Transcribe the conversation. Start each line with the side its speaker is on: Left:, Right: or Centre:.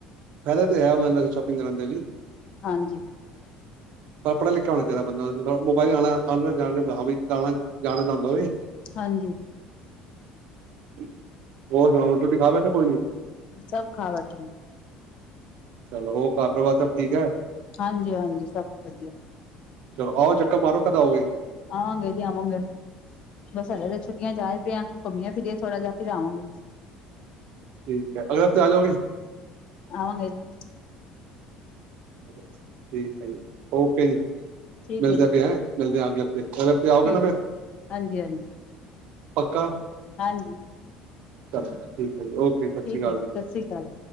Right: ਫਾਇਦਾ ਤੇ ਹੈ ਉਹਸ ਸ਼ੋਪਿੰਗ ਕਰਦੇ ਵੀ
Left: ਹਾਂਜੀ
Right: ਪਰ ਪੜ੍ਹਾ- ਲਿਖਿਆ ਹੋਣਾ ਚਾਹੀਦਾ। ਬੰਦਾ ਮੋਬਾਇਲ ਆ- <unintelligible> ਆ ਜਾਣ ਜਾਂਦਾ ਹਾਂਣਾ ਜਾਣ ਚਾਹੁੰਦਾ
Left: ਹਾਂਜੀ।
Right: ਹੋਰ ਸੁਣਾ, ਰੋਟੀ- ਰੋਟੀ ਖਾ ਬੈਠੇ ਕੇੲਣੀ।
Left: ਸਭ ਖਾ ਬੈਠੇ।
Right: ਚਲੋ, ਉਹ ਘਰ- ਵਾਰ ਸਭ ਠੀਕ ਹੈ।
Left: ਹਾਂਜੀ- ਹਾਂਜੀ ਸਭ ਵਧੀਆ।
Right: ਚਲੋ ਆਓ, ਚੱਕਰ ਮਾਰੋ, ਕਦ ਆਓਗੇ।
Left: ਆਵਾਂਗੇ ਤੇ ਆਵਾਂਗੇ ਬਸ ਹਾਲੇ ਤਾਂ ਛੁੱਟੀਆਂ ਜਾਏ ਪਿਆਂ। ਘੁੰਮੀਆਂ ਫਰੀਏ ਥੋੜ੍ਹਾ ਜਾਹਿ, ਫਿਰ ਆਵਾਂਗੇ।
Right: ਠੀਕ ਹੈ। ਅਗਰ ਹਫ਼ਤੇ ਆ ਜਾਓਗੇ।
Left: ਆਂਵਾ ਗਏ ਜੀ।
Right: ਠੀਕ ਹੈ ਜੀ, ਓਕੇ। ਜੀ
Left: ਠੀਕ
Right: ਮਿਲਦੇ
Left: ਹੈ ਜੀ
Right: ਹੈਂ। ਮਿਲਦੇ ਅਗਲੇ ਹਫ਼ਤੇ, ਅਗਲੇ ਹਫ਼ਤੇ ਆਓਗੇ
Left: ਠੀਕ
Right: ਨਾ ਫਿਰ
Left: ਹਾਂਜੀ ਹਾਂਜੀ
Right: ਪੱਕਾ
Left: ਹਾਂਜੀ।
Right: ਚਲੋ, ਠੀਕ। ਹੈ ਜੀ ਓਕੇ ਸਤਿ
Left: ਠੀਕ
Right: ਸ਼੍ਰੀ ਅਕਾਲ
Left: ਹੈ ਜੀ, ਸਤਿ ਸ੍ਰੀ ਅਕਾਲ।